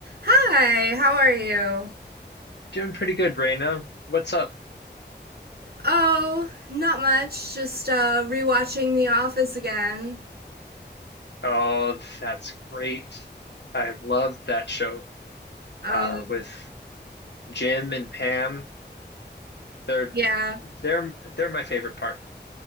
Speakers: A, on the right; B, on the left.
A: Hi, how are you?
B: Doing pretty good, Raina. What's up?
A: Oh, not much. Just uh rewatching The Office again.
B: Oh, that's great. I love that show
A: Um,
B: uh, with Jim and Pam. They're
A: yeah.
B: they're they're my favorite part.